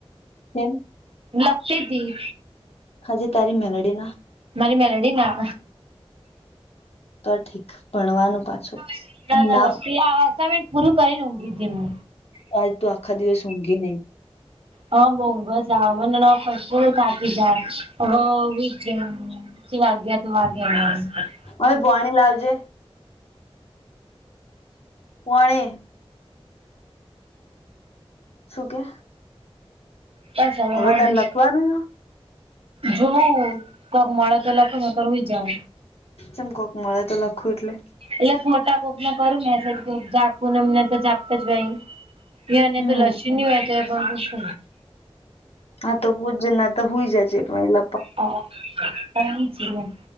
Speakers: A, on the left; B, on the right.
A: કેમ
B: લખતી તી
A: ખાજે તારી મેલડીના
B: મારી મેલડી ના
A: તો ઠીક ભણવાનું. પાછું
B: <inaudible> આ અસાઈમેન્ટ
A: ના
B: પૂરું કરીન ઊંઘીજી હુ.
A: કાલ તું આખા દિવસ ઊંઘી નઈ.
B: હઅ, બઉ ઊંઘ જ આવ મન <unintelligible> કશું બી થાકી જાય, અવ હુઈજ જઈ હુ. <unintelligible>
A: ઓય, પોણી લાવજે. પોણી. શું કે?
B: બસ અવ
A: હવે
B: <unintelligible>
A: તારે લખવાનું
B: જોવુ, કોક મળે તો લખુ નકર હૂઈ જાવ.
A: ચમ કોક મળે તો લખું એટલે?
B: એટલે ફોટા કોકને કરું મેસેજ કોક જાગું નેમને તો જાગતા જ હોય. એને
A: હમ
B: તો લસયુની હોય તોય પણ પૂછુ.
A: હા, તો પૂછ જે નઈ તો હૂઈ જાજે ભઈ લ
B: <unintelligible> એ જ ને.